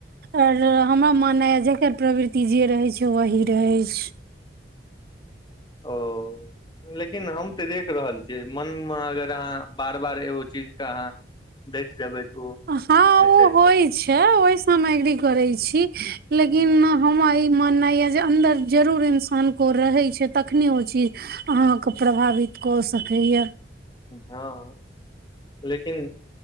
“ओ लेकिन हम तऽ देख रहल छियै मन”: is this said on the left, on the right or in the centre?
Left